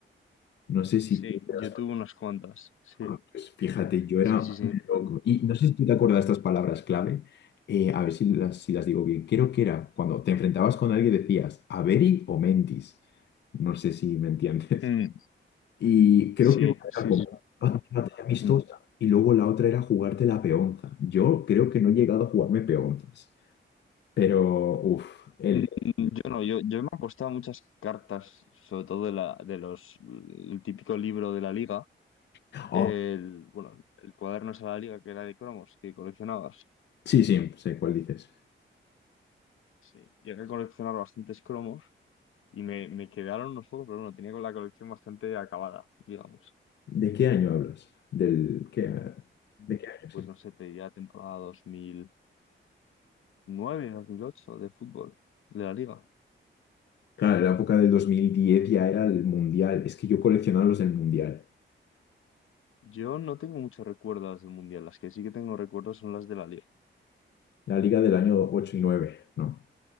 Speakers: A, on the left; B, on the left.
A: No sé si
B: Sí,
A: tú te
B: yo
A: las...
B: tuve unas cuantas. Sí,
A: Bueno, pues fíjate, yo era
B: sí, sí, sí.
A: un loco. Y no sé si tú te acuerdas de estas palabras clave. eh, a ver si las, si las digo bien. Creo que era cuando te enfrentabas con alguien decías, ¿Averi o mentis? No sé si me entiendes.
B: Mm,
A: Y creo
B: Sí,
A: que una
B: sí,
A: era como
B: sí.
A: una batalla amistosa
B: Mm.
A: y luego la otra era jugarte la peonza. Yo creo que no he llegado a jugarme peonzas, pero uff, el...
B: Mm, Yo no, yo, yo me he apostado muchas cartas, sobre todo de la, de los, el típico libro de la liga,
A: Oh,
B: el, bueno, el cuaderno ese de la liga que era de cromos, que coleccionabas.
A: sí, sí, sé cuál dices.
B: Sí. Llegué a coleccionar bastantes cromos y me, me quedaron unos pocos, pero bueno, tenía con la colección bastante acabada, digamos.
A: ¿De qué año hablas? ¿Del qué?
B: Mm,
A: ¿De qué año?
B: Pues
A: Sí.
B: no sé, te diría temporada 2009, 2008 de fútbol, de la liga.
A: Claro, en la época del 2010 ya era el Mundial. Es que yo coleccionaba los del Mundial.
B: Yo no tengo muchos recuerdos del mundial, las que sí que tengo recuerdos son las de la liga.
A: La liga del año 8 y nueve ¿no?